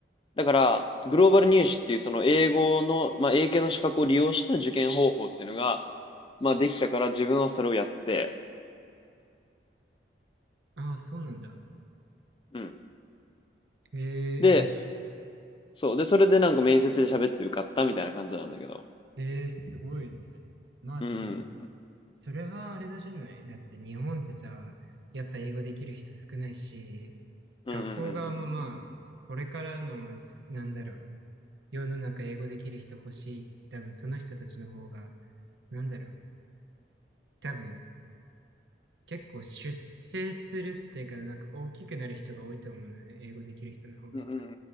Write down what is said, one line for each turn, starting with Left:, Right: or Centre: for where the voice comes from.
Left: だから、グローバル入試っていうその英語の、まあ、英検の資格を利用した受験方法っていうのが、まあ、できたから自分はそれをやって、
Right: ああ、そうなんだ。
Left: うん。
Right: ええ、
Left: で、
Right: いいじ。
Left: そう。で、それでなんか面接で喋って受かったみたいな感じなんだけど。
Right: ええ、すごいね。まあでも、
Left: うん。
Right: それはあれなんじゃないだって日本ってさ、やっぱ英語できる人少ないし、
Left: うんうんうん
Right: 学校側もまあ、これからの、すなんだろう、世の中英語できる人欲しい。多分その人たちの方が、なんだろう、多分結構出世するっていうか、なんか大きくなる人が多いと思うのね、英語できる人の方が。
Left: うん。うんう